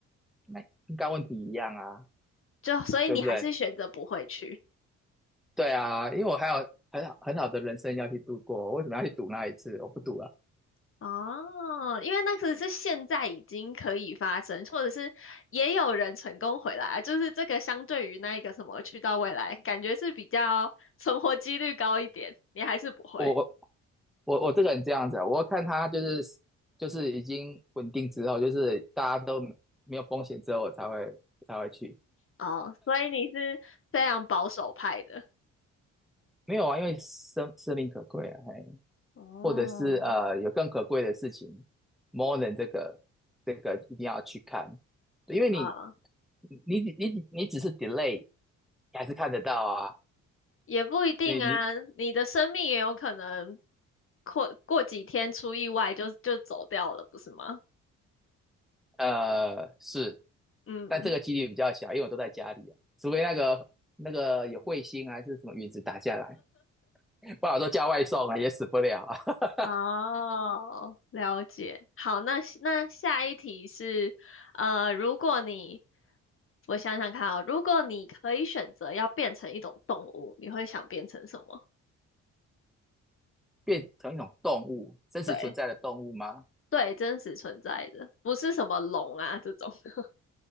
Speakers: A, in the centre; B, on the left (about 45°).
A: 那应该问题一样啊，
B: 就所以你还是选择不会去。
A: 对不对？对啊，因为我还有很好很好的人生要去度过，我为什么要去赌那一次？我不赌了，
B: 哦，因为那个是现在已经可以发生，或者是也有人成功回来啊，就是这个相对于那一个什么去到未来，感觉是比较存活几率高一点，你还是不会
A: 我我我我这个人这样子啊，我看他就是就是已经稳定之后，就是大家都没有风险之后，我才会才会去。
B: 哦，所以你是非常保守派的
A: 没有啊，因为生生命可贵啊，嘿，
B: 哦，
A: 或者是呃，有更可贵的事情，more than 这个这个一定要去看，对因为你
B: 啊，
A: 你你你只是 delay，你还是看得到啊，
B: 也不一定啊，
A: 你你
B: 你的生命也有可能过过几天出意外就就走掉了，不是吗？
A: 呃是，
B: 嗯。
A: 但这个几率比较小，因为我都在家里啊，除非那个那个有彗星啊，还是什么陨石打下来，不好我都叫外送啊，也死不了啊，<laughs>
B: 哦，了解。好，那那下一题是，呃，如果你，我想想看啊，如果你可以选择要变成一种动物，你会想变成什么？
A: 变成一种动物，真实存在的动物吗？
B: 对，对，真实存在的，不是什么龙啊这种。<laughs>